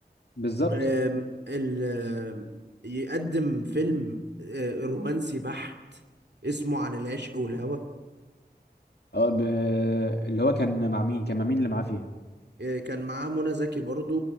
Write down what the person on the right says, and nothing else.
آم، ال آم، يقدم فيلم آه، رومانسي بحت اسمه عن العشق والهوى
آه، كان معاه منى زكي برضو